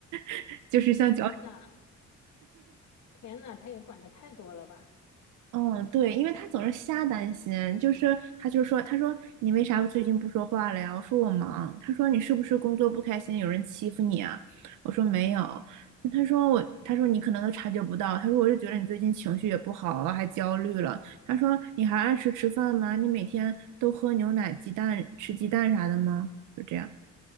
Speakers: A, on the right (about 80°); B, on the left (about 65°).
A: <laughs> 就是像搅。
B: 天呐，天呐，他也管的太多了吧？
A: 嗯，对，因为他总是瞎担心，就是他就说，他说你为啥最近不说话了呀？我说我忙。他说你是不是工作不开心，有人欺负你啊？我说没有。那他说我，他说你可能都察觉不到。他说我就觉得你最近情绪也不好啊，还焦虑了。他说你还按时吃饭吗？你每天都喝牛奶、鸡蛋、吃鸡蛋啥的吗？就这样。